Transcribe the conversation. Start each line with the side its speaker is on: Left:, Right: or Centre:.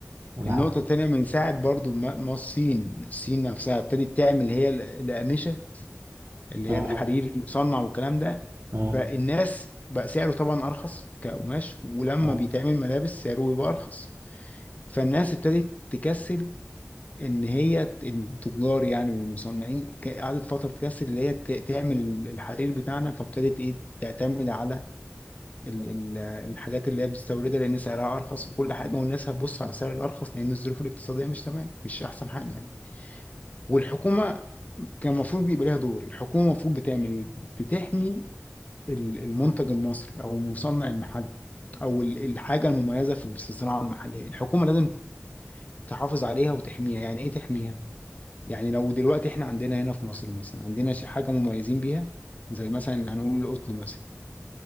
Right: نعم
Left: النقطة التانية من ساعة برضو ما ما الصين الصين نفسها ابتدت تعمل هي ال- الأقمشة اللي
Right: آه،
Left: هي الحرير المصنع والكلام ده
Right: آه، آه،
Left: فالناس بقى سعره طبعا أرخص كقماش ولما
Right: آه،
Left: بيتعمل ملابس سعره بيبقى أرخص فالناس ابتدت تكسل إن هي ت- التجار يعني والمصنعين ك- قعدت فترة تكسل اللي هي ت- تعمل الحرير بتاعنا فابتدت إيه تعتمد على ال- ال- الحاجات اللي هي بتستوردها لأن سعرها أرخص وكل حاجة والناس هتبص على السعر الأرخص لأن الظروف الاقتصادية مش تمام مش أحسن حاجة يعني والحكومه كان المفروض يبقى لها دور الحكومه المفروض بتعمل ايه بتحمي ال- المنتج المصري او المصنع المحلي او ال- الحاجه المميزه في في الصناعه المحليه الحكومه لازم تحافظ عليها وتحميها يعني ايه تحميها يعني لو دلوقتي احنا عندنا هنا في مصر مثلا عندنا ش- حاجه مميزين بيها زي مثلا هنقول القطن مثلا